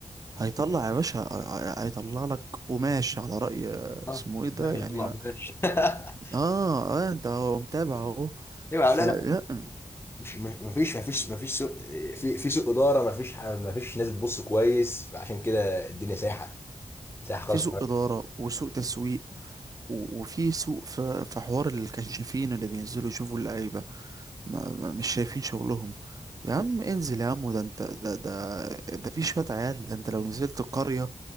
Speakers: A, on the right (about 30°); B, on the left (about 20°).
A: هيطلع يا باشا آه، آه، هيطلع لك قماش على رأي آه، اسمه
B: اه
A: ايه ده
B: ده احنا
A: يعني
B: نطلع بلاش <laughs>
A: اه اه انت هو متابع اهو
B: ايوه
A: فلا
B: لا لا مش ما ما فيش ما فيش ما فيش سوء في في سوء اداره ما فيش ح- ما فيش ناس بتبص كويس فعشان كده الدنيا سايحه سايحه خالص
A: في سوء اداره وسوء تسويق و- وفي سوء ف- في حوار الكشافين اللي بينزلوا يشوفوا اللعيبه ما ما- مش شايفين شغلهم يا عم انزل يا عم ده انت ده ده ده في شويه عيال ده انت لو نزلت القريه